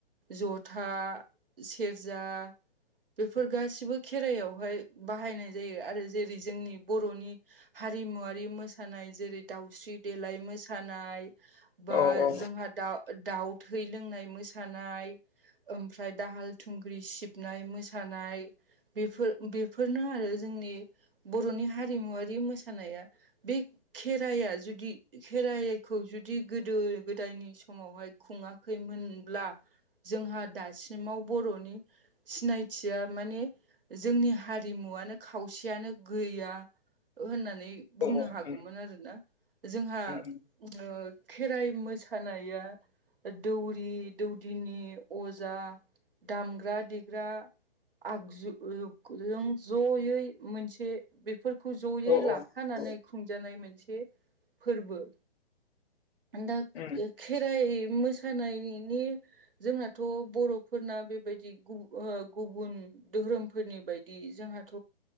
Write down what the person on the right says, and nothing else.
जथा सेरजा बेफोर गासिबो खेराइायावहाय बाहायनाय जायो आरो जेरै जोंनि बर'नि हारिमुवारि मोसानाय जेरै दाउस्रि देलाय मोसानाय बा
जोंहा दाउ दाउ थै लोंनाय मोसानाय ओमफ्राय दाहाल थुंग्रि सिबनाय मोसानाय बेफोर बेफोरनो आरो जोंनि बर'नि हारिमुवारि मोसा नाया बे खेराइया जुदि खेराइखौ जुदि गोदो गोदायनि समावहाय खुङा खैमोनब्ला जोंहा दासिमाव बर'नि सिनायथिया माने जोंनि हारिमुवनो खावसेयानो गैया होननानै बुंनो
हागौमोन आरोना जोंहा
ओ खेराइ मोसानाया दौरि दौदिनि अजा दामग्रा देग्रा आगजु जों जयै मोनसे बेफोरखौ जयै
लाफानानै
खुंजानाय मोनसे फोरबो दा
खेराइ मोसानायनि जोंनाथ बर'फोरना बेबायदि ओ गुबुन धोहोरोमफोरनि बायदि जोंहाथ'